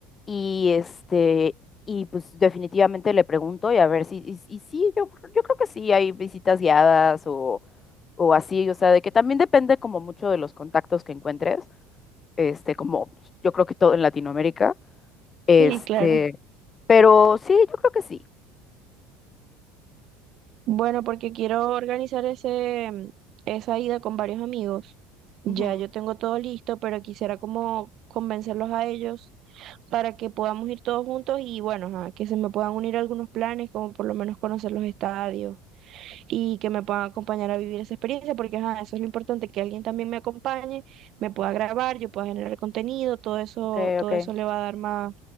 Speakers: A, on the left; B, on the right.
A: y este y pues definitivamente le pregunto y a ver si y, y sí, yo yo creo que sí hay visitas guiadas o o así, o sea, de que también depende como mucho de los contactos que encuentres, este como pues, yo creo que todo en Latinoamérica, este,
B: Sí, claro.
A: pero sí, yo creo que sí.
B: Bueno, porque quiero organizar ese, mm, esa ida con varios amigos. Ya
A: Ujú,
B: yo tengo todo listo, pero quisiera como convencerlos a ellos para que podamos ir todos juntos y bueno, ajá, que se me puedan unir algunos planes, como por lo menos conocer los estadios y que me puedan acompañar a vivir esa experiencia, porque ajá, eso es lo importante, que alguien también me acompañe, me pueda grabar, yo pueda generar contenido, todo eso,
A: Ok,
B: todo
A: ok,
B: eso le va a dar más,